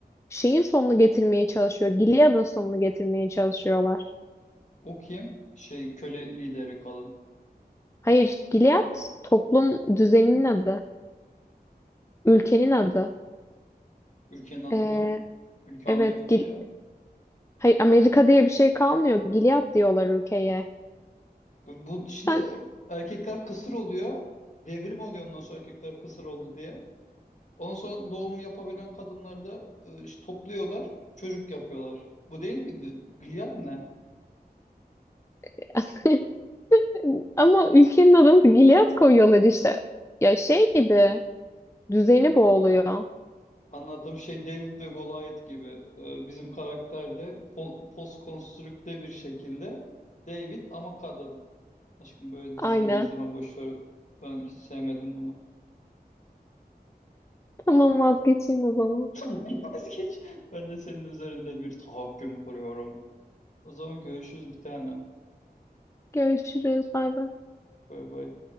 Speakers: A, on the left; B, on the left.
A: Şeyin sonunu getirmeye çalışıyor. Gilead'ın sonunu getirmeye çalışıyorlar.
B: O kim? Şey köle lideri kadın.
A: Hayır, Gilead toplum düzeninin adı. Ülkenin adı.
B: Ülkenin adı
A: Ee,
B: mı? Ülke
A: evet,
B: Amerika
A: Gil
B: ya.
A: Hayır, Amerika diye bir şey kalmıyor. Gilead diyorlar ülkeye.
B: Bu bu- şimdi
A: Sen...
B: erkekler kısır oluyor. Devrim oluyor ondan sonra erkekler kısır oldu diye. Ondan sonra doğum yapabilen kadınları da e, işte topluyorlar. Çocuk yapıyorlar. Bu değil miydi? Gilead ne?
A: <laughs> Ama ülkenin adını da Gilead koyuyorlar işte. Ya şey gibi düzeni boğuluyor.
B: Anladığım şey David ve Goliath gibi Ee, bizim karakter de po postkonstrükte bir şekilde David ama kadın. Aşkım böyle
A: Aynen.
B: dizileri izleme boş ver. Ben hiç sevmedim bunu.
A: Tamam vazgeçeyim o zaman.
B: <laughs> Vazgeç. Ben de senin üzerinde bir tahakküm kuruyorum. O zaman görüşürüz bir tanem.
A: Görüşürüz. Bay bay.
B: Bay bay.